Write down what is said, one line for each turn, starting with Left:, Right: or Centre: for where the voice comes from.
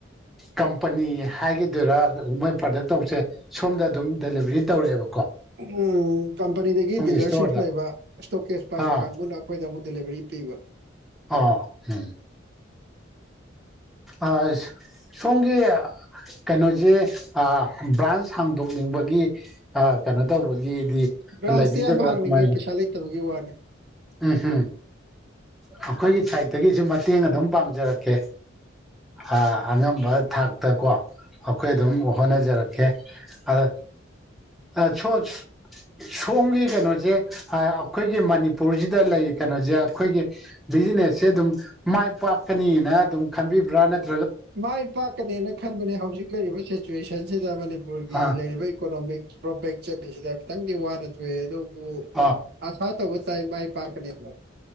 Centre: ꯀꯝꯄꯅꯤ ꯍꯥꯏꯈꯤꯗꯨꯔꯥ ꯃꯣꯏ ꯄ꯭ꯔꯗꯛ ꯇꯧꯁꯦ ꯁꯣꯝꯗ ꯑꯗꯨꯝ ꯗꯦꯂꯤꯚꯔꯤ ꯇꯧꯔꯛꯑꯦꯕ
Right: ꯎꯝ ꯀꯝꯄꯅꯤꯗꯒꯤ ꯗꯤꯂꯔꯁꯤꯁ
Centre: ꯏꯁꯇꯣꯔꯗ
Right: ꯂꯩꯕ ꯏꯁꯇꯣꯛꯀꯦꯁ ꯄꯥꯏꯕ
Centre: ꯑꯥ
Right: ꯀꯥꯡꯕꯨꯅ ꯑꯩꯈꯣꯏ ꯗ ꯑꯃꯨꯛ ꯗꯦꯂꯤꯕꯔꯤ ꯄꯤꯕ
Centre: ꯑꯥ ꯎꯝ ꯑꯁ ꯁꯣꯝꯒꯤ ꯀꯩꯅꯣꯁꯦ ꯑ ꯕ꯭ꯔꯥꯟꯁ ꯍꯥꯡꯗꯣꯛꯅꯤꯡꯕꯒꯤ ꯀꯩꯅꯣ ꯇꯧꯕꯒꯤ
Right: ꯕ꯭ꯔꯥꯟꯁꯇꯤ
Centre: ꯂꯩꯕꯤꯗꯕ꯭ꯔꯥ
Right: ꯌꯥꯝ ꯍꯥꯡꯅꯤꯡꯉꯦ
Centre: ꯀꯃꯥꯏꯅ
Right: ꯄꯩꯁꯥ ꯂꯩꯇꯕꯒꯤ ꯋꯥꯅꯤ
Centre: ꯎꯝ ꯍ ꯑꯩꯈꯣꯏꯒꯤ ꯁꯥꯏꯠꯇꯒꯤꯁꯨ ꯃꯇꯦꯡ ꯑꯗꯨꯝ ꯄꯥꯡꯖꯔꯛꯀꯦ ꯑ ꯑꯉꯝꯕ ꯊꯥꯛꯇ ꯀꯣ ꯑꯩꯈꯣꯏ ꯑꯗꯨꯝ ꯍꯣꯠꯅꯖꯔꯛꯀꯦ ꯑꯗ ꯑ ꯁꯣꯁ ꯁꯣꯝꯒꯤ ꯀꯩꯅꯣꯁꯦ ꯑ ꯑꯩꯈꯣꯏꯒꯤ ꯃꯅꯤꯄꯨꯔꯁꯤꯗ ꯂꯩ ꯀꯩꯅꯣꯁꯦ ꯑꯩꯈꯣꯏꯒꯤ ꯕꯤꯖꯤꯅꯦꯁꯁꯦ ꯑꯗꯨꯝ ꯃꯥꯏ ꯄꯥꯛꯀꯅꯤꯅ ꯑꯗꯨꯝ ꯈꯟꯕꯤꯕ꯭ꯔꯥ ꯅꯠ
Right: ꯃꯥꯏ ꯄꯥꯛꯀꯅꯦꯅ ꯈꯟꯕꯅꯦ ꯍꯧꯖꯤꯛ ꯂꯩꯔꯤꯕ ꯁꯤꯆꯨꯋꯦꯁꯟꯁꯤꯗ ꯃꯅꯤꯄꯨꯔꯒꯤ
Centre: ꯑꯥ
Right: ꯂꯩꯔꯤꯕ ꯏꯀꯣꯅꯣꯃꯤꯛ ꯗ꯭ꯔꯣꯕꯦꯛ ꯆꯠꯂꯤꯁꯤꯗ ꯈꯤꯇꯪꯗꯤ ꯋꯥꯅ ꯊꯣꯛꯑꯦ ꯑꯗꯨꯕꯨ
Centre: ꯑꯥ
Right: ꯑꯁꯥ ꯇꯧꯕ ꯇꯥꯏꯃꯥꯏ ꯄꯥꯥꯛꯀꯅꯦꯕ